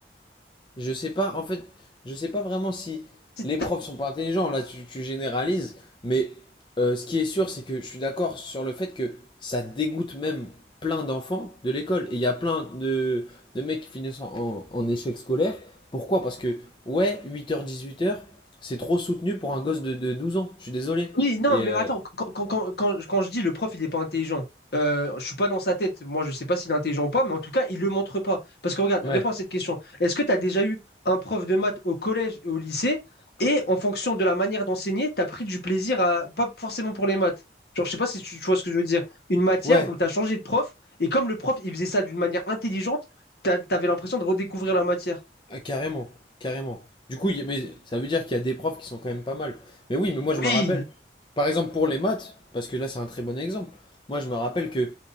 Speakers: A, on the left; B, on the left.
A: Je sais pas, en fait, je sais pas vraiment si
B: si
A: les profs sont pas intelligents. Là, tu, tu généralises, mais euh, ce qui est sûr, c'est que je suis d'accord sur le fait que ça dégoûte même plein d'enfants de l'école. Et il y a plein de, de mecs qui finissent en, en échec scolaire. Pourquoi? Parce que, ouais, huit heures dix-huit heures, c'est trop soutenu pour un gosse de, de 12 ans. Je suis désolé.
B: Oui, non,
A: Et
B: mais
A: euh,
B: attends, quand, quand, quand, quand- quand je dis le prof, il n'est pas intelligent, euh, je suis pas dans sa tête. Moi, je sais pas s'il est intelligent ou pas, mais en tout cas, il le montre pas. Parce que regarde,
A: ouais,
B: réponds à cette question. Est-ce que tu as déjà eu un prof de maths au collège et au lycée, et en fonction de la manière d'enseigner, tu as pris du plaisir à, pas forcément pour les maths. Genre, je sais pas si tu, tu vois ce que je veux dire. Une matière
A: ouais,
B: où tu as changé de prof, et comme le prof, il faisait ça d'une manière intelligente, tu avais l'impression de redécouvrir la matière.
A: Ah, carrément, carrément. Du coup, il y a- mais ça veut dire qu'il y a des profs qui sont quand même pas mal. Mais oui, mais moi
B: Oui,
A: je me rappelle, par exemple pour les maths, parce que là c'est un très bon exemple. Moi je me rappelle que